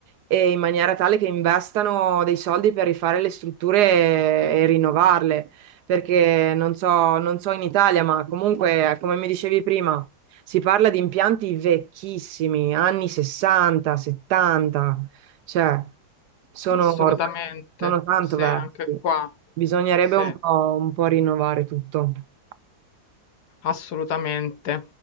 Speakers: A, on the right (about 70°); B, on the left (about 65°).
A: e in maniera tale che investano dei soldi per rifare le strutture e, e rinnovarle. Perché non so, non so in Italia, ma comunque, come mi dicevi prima, si parla di impianti vecchissimi, anni 60, 70, cioè sono
B: Assolutamente.
A: ormai sono tanto
B: Sì,
A: vecchi.
B: anche qua.
A: Bisognerebbe
B: Sì,
A: un po', un po' rinnovare tutto.
B: assolutamente.